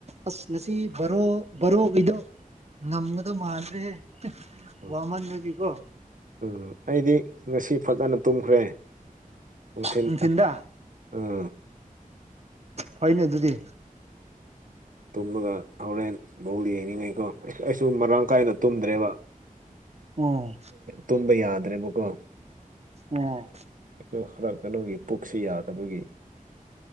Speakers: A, on the right (about 45°); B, on the right (about 65°).
A: ꯑꯁ ꯉꯁꯤ ꯔꯣ ꯔꯣ ꯀꯗꯣ ꯉꯝꯒꯗꯣ ꯃꯥꯟꯗ꯭ꯔꯦ
B: ꯎꯝ
A: ꯋꯥꯃꯟꯒꯤꯀꯣ
B: ꯎꯝ ꯑꯩꯗꯤ ꯉꯁꯤ ꯐꯖꯅ ꯇꯨꯝꯈ꯭ꯔꯦ ꯅꯨꯡꯊꯤꯜꯗ
A: ꯅꯨꯡꯊꯤꯟꯗ
B: ꯎꯝ
A: ꯐꯅ ꯑꯗꯨꯤꯗꯤ
B: ꯇꯨꯝꯃꯗ ꯍꯣꯔꯦꯟ ꯕꯧꯗ ꯌꯦꯡꯅꯤꯡꯉꯩꯀꯣ ꯑꯩꯁꯨ ꯃꯔꯥꯡ ꯀꯥꯏꯅ ꯇꯨꯝꯗ꯭ꯔꯦꯕ
A: ꯑꯣ
B: ꯇꯨꯝꯕ ꯌꯥꯗ꯭ꯔꯦꯕꯀꯣ
A: ꯑ
B: ꯁꯨ ꯈꯔ ꯀꯩꯅꯣꯒꯤ ꯄꯨꯛꯁꯤ ꯌꯥꯗꯕꯒꯤ